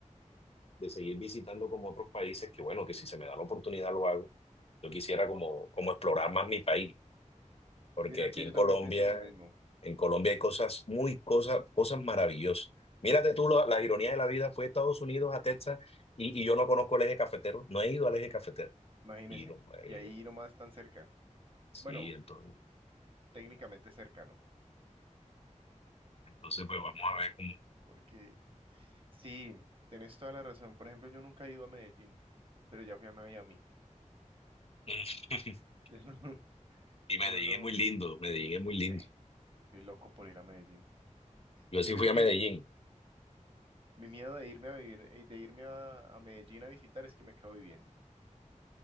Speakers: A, on the left; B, on the right.
A: de seguir visitando como otros países, que bueno, que si se me da la oportunidad lo hago, yo quisiera como, como explorar más mi país. porque
B: Mira
A: aquí
B: que
A: en
B: yo
A: Colombia,
B: también pienso lo mismo.
A: en Colombia hay cosas muy cosas, cosas maravillosas. Mírate tú, lo- la, ironía de la vida fue a Estados Unidos, a Texas, y, y yo no conozco el eje cafetero, no he ido al eje cafetero.
B: Imagínese.
A: Y no, eh,
B: Y ahí nomás tan cerca.
A: sí,
B: Bueno,
A: entonces,
B: técnicamente cerca, ¿no?
A: entonces pues vamos a ver cómo.
B: Porque sí, tenés toda la razón. Por ejemplo, yo nunca he ido a Medellín, pero ya fui a Miami.
A: <laughs>
B: <laughs>
A: Y Medellín
B: Uno no.
A: es muy lindo, Medellín es muy lindo.
B: eh, Estoy loco por ir a Medellín.
A: Yo
B: Yo
A: sí
B: creo
A: fui a
B: que
A: Medellín.
B: mi miedo de irme a vivir, eh, de irme a, a Medellín a visitar es que me quedo viviendo.